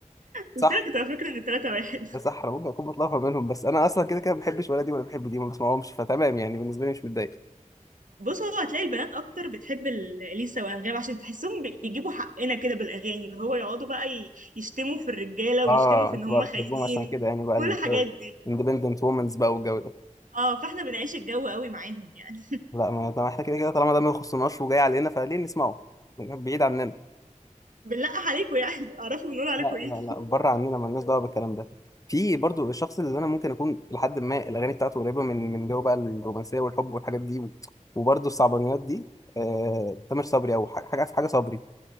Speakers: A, on the left; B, on the right.
A: صح
B: قلت لك أنت فاكر إن التلاتة واحد
A: ده صح انا ممكن اكون بتلخبط منهم بس انا اصلا كده كده ما بحبش ولا دي ولا بحب دي ما بسمعهمش فتمام يعني بالنسبه لي مش متضايق
B: بص هو هتلاقي البنات أكتر بتحب ال- إليسا وأنغام عشان تحسهم بي- بيجيبوا حقنا كده بالأغاني اللي هو يقعدوا بقى ي- يشتموا في الرجالة ويشتموا
A: اه
B: في
A: انتوا
B: إن هم
A: بقى
B: خاينين
A: بتحبوهم عشان كده يعني بقى
B: كل الحاجات دي
A: الاندبندنت وومنز بقى والجو ده
B: اه فاحنا بنعيش الجو قوي معاهم يعني
A: لا ما طب احنا كده كده طالما ده ما يخصناش وجاي علينا فليه نسمعه بعيد عننا
B: بنلقح عليكم يعني <laughs> اعرفوا بنقول عليكم
A: لا
B: ايه
A: لا لا بره عننا مالناش دعوه بالكلام ده في برضو الشخص اللي انا ممكن اكون لحد ما الاغاني بتاعته قريبه من من جو بقى الرومانسيه والحب والحاجات دي و- وبرضو الصعبانيات دي آه تامر صبري او حاجه حاجه حاجة صبري